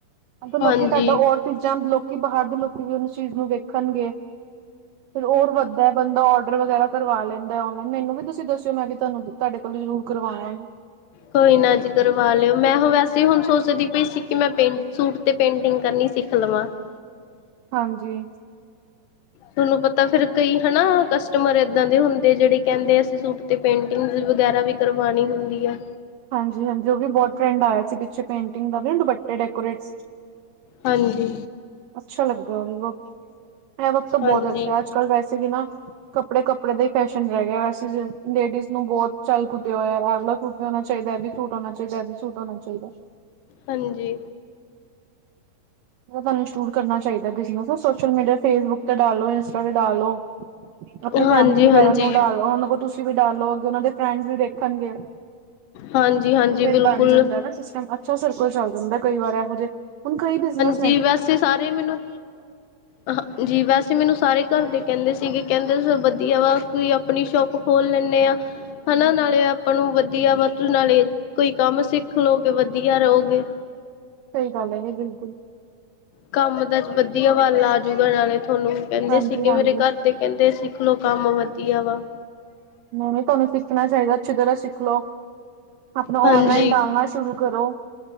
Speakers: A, on the right; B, on the left.
A: ਲੋਕੀ
B: ਹਾਂਜੀ-ਹਾਂਜੀ।
A: ਤੁਹਾਡਾ ਔਰ ਚੰਦ ਲੋਕੀ ਬਾਹਰ ਦੇ ਲੋਕੀ ਵੀ ਉਹਨੂੰ ਚੀਜ਼ ਨੂੰ ਵੇਖਣਗੇ ਫਰ ਹੋਰ ਵੱਧਦਾ ਬੰਦਾ ਔਡਰ ਵਗੈਰਾ ਕਰਵਾ ਲੈਂ ਆਨਲਾਈਨ ਮੈਨੂੰ ਵੀ ਤੁਸੀਂ ਦੱਸਿ ਮੈਂ ਵੀ ਤੁਹਾਨੂੰ ਤੁਹਾੇ ਕੋਲੋਂ ਜ਼ਰੂਰ ਕਰਵਾਵਾਂਗੀ
B: ਕੋਈ ਨਾ ਜੀ ਕਰਵਾ ਲਿਓ ਮੈਂ ਵੈਸੇ ਹੁਣ ਸੋਚਦੀ ਪਈ ਸੀ ਕਿ ਮੈਂ ਪੇਂ ਸੂਟ ਤੇ ਪੇਂਟਿੰਗ ਕਰਨੀ ਸਿਖਣੀ <unintelligible>
A: ਹਾਂਜੀ।
B: ਤੁਹਾਨੂੰ ਪਤਾ ਫੇਰ ਕਈ ਹਨਾ ਕਸਟਮਰ ਇਦਾਂ ਦੇ ਹੁੰਦੇ ਜਿਹੜੇ ਕਹਿੰਦੇ ਅਸੀਂ ਸੂਟ ਤੇ ਪੇਂਟਿੰਗਸ ਵਗੈਰਾ ਵੀ ਕਰਵਾਉਣੀ ਹੁੰਦੀ ਆ।
A: ਹਾਂਜੀ ਹਾਂਜੀ ਉਹ ਵੀ ਬਹੁਤ ਫਰੈਂਡ ਆਇਆ ਸੀ ਪਿੱਛੇ ਪੇਂਟਿੰਗ ਦਾ ਵੀ ਦੁੱਪਟੇ ਡੈਕੋਰੇਟ
B: ਹਾਂਜੀ।
A: ਅੱਛਾ ਲੱਗਦਾ ਉਹ ਵੀ ਇਹ ਵਕਤ ਬਹੁਤ
B: ਹਾਂਜੀ, ਹਾਂਜੀ।
A: ਅੱਛਾ ਹੈ ਅੱਜ ਕੱਲ ਵੈਸੇ ਵੀ ਨਾ ਕੱਪੜੇ ਕੱਪੜੇ ਦਾ ਹੀ ਫੈਸ਼ਨ ਰਹਿ ਗਿਆ ਵੈਸੇ ਲੇਡੀਜ਼ ਨੂੰ ਬਹੁਤ ਚੱਲ ਇਹ ਵਾਲਾ ਸੂਟ ਵੀ ਹੋਣਾ ਚਾਹੀਦਾ ਇਹ ਵੀ ਸੂਟ ਹੋਣਾ ਚਾਹੀਦਾ ਇਹ ਵੀ ਸੂਟ ਹੋਣਾ ਚਾਹੀਦਾ।
B: ਹਾਂਜੀ
A: ਤੁਹਾਨੂੰ ਇੰਸਟਾਲ ਕਰਨਾ ਚਾਹੀਦਾ ਬਿਨਸ ਸੋਸ਼ਲ ਮੀਡੀਆ ਫੇਸਬੁੱਕ ਤੇ ਡਾਲੋ ਇੰਸਟਾ ਤੇ ਡਾਲੋ ਆਪਣੀ
B: ਹਾਂਜੀ,
A: ਫੈਮਿਲੀ ਵਗੈਰਾ
B: ਹਾਂਜੀ,
A: ਨੂੰ ਡਾਲ ਉਹ ਕੋਲ ਤੁਸੀਂ ਵੀ ਡਾਲੋ ਅੱਗੇ ਉਹਨਾਂ ਦੇ ਫਰੈਂਡਸ ਵੀ ਦੇਖਣਗੇ
B: ਹਾਂਜੀ, ਹਾਂਜੀ
A: ਫੇਿਰ
B: ਬਿਲਕੁਲ।
A: ਬਣ ਜਾਂਦਾ ਨਾ ਸਿਸਟਮ ਅਛਾ ਸਰਕਲ ਚੱਲ ਜਾਂਦਾ ਕਈ ਵਾਰ ਇਹੋ ਜਿਹੇ ਹੁਣ ਕਈ ਬਿਜ਼ਨਸ
B: ਜੀ ਵੈਸੇ ਸਾਰੇ ਮੈਨੂੰ ਹਾਂਜੀ ਵੈਸੇ ਮੈਨੂੰ ਸਾਰੇ ਘਰ ਦੇ ਕਹਿੰਦੇ ਸੀਗੇ ਕਹਿੰਦੇ ਵਧੀਆ ਵਾ ਆਪਣੀ ਸ਼ੋਪ ਖੋਲ ਲੈਂਦੇ ਹਾਂ
A: ਹਮ,
B: ਹਨਾ ਨਾਲੇ ਆਪਾਂ ਨੂੰ ਵਧੀਆ ਵਾ ਨਾਲੇ ਕੋਈ ਕੰਮ ਸਿੱਖ ਲਓਗੇ ਵਧੀਆ ਰਹੋਗੇ
A: ਸਹੀ ਗੱਲ ਹੈਗੀ ਬਿਲਕੁਲ
B: ਕੰਮ ਦਾ ਵਧੀਆ ਵੱਲ ਆਜੂਗਾ ਨਾਲੇ ਤੁਹਾਨੂੰ ਕਹਿੰਦੇ
A: ਹਾਂਜੀ
B: ਸੀਗੇ
A: ਹਾਂਜੀ
B: ਮੇਰੇ ਘਰ ਤੇ ਕਹਿੰਦੇ ਸਿੱਖਲੋ ਕੰਮ ਵਧੀਆ ਵਾ
A: ਨਹੀਂ ਨਹੀਂ ਤੁਹਾਨੂੰ ਸਿੱਖਣਾ ਚਾਹੀਦਾ ਅੱਛੀ ਤਰ੍ਹਾਂ ਸਿੱਖ ਲੋ ਆਪਣਾ
B: ਹਾਂਜੀ,
A: ਔਨਲਾਈਨ ਡਾਲਣਾ ਸ਼ੁਰੂ ਕਰੋ